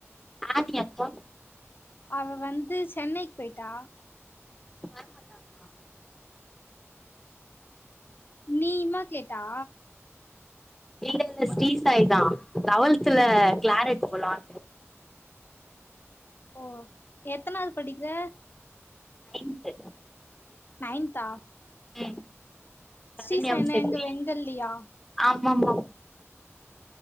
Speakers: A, in the centre; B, on the left.
A: <inaudible>
B: அவ வந்து சென்னைக்கு போயிட்டா
A: வரமாட்டாங்களா
B: நீ இம்மா கேட்டா
A: <unintelligible> ஸ்ரீசாய் தா லெவல்துல
B: எ
A: கிளாரட் போலான்னு
B: ஓ எத்தனாவது படிக்கற
A: நைன்த்து
B: நைன்த்தா
A: ம் சரண்யா
B: ஸ்ரீ சாய்னா
A: செட்டி
B: எங்க வெங்கல்லியா
A: ஆம்மாம்மா